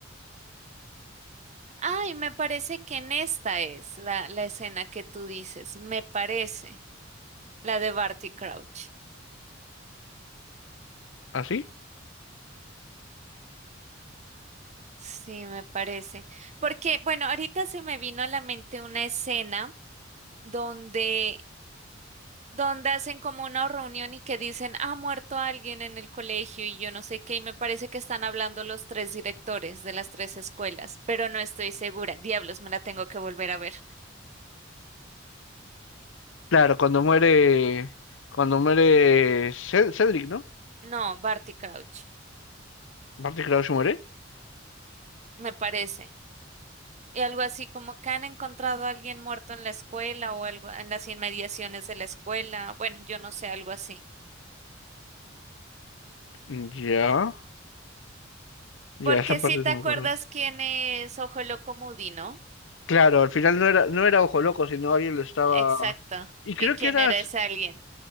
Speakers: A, on the right; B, on the left.
A: Ay, me parece que en esta es la, la escena que tú dices. Me parece. La de Barty Crouch.
B: ¿Así?
A: Sí, me parece. Porque, bueno, ahorita se me vino a la mente una escena donde, donde hacen como una reunión y que dicen, ha muerto alguien en el colegio y yo no sé qué, y me parece que están hablando los tres directores de las tres escuelas, pero no estoy segura. Diablos, me la tengo que volver a ver.
B: Claro, cuando muere, cuando muere Ce- Cedric, ¿no?
A: No, Barty Crouch,
B: Barty Crouch muere.
A: me parece. Y algo así como que han encontrado a alguien muerto en la escuela o algo en las inmediaciones de la escuela. Bueno, yo no sé, algo así.
B: Mm, Ya, ya,
A: Porque
B: esa parte
A: si te
B: no
A: acuerdas
B: me acuerdo.
A: quién es Ojo Loco Moody, ¿no?
B: Claro, al final no era, no era Ojo Loco, sino alguien lo estaba...
A: Exacto.
B: Y creo
A: ¿Y quién
B: que era...
A: era ese alguien?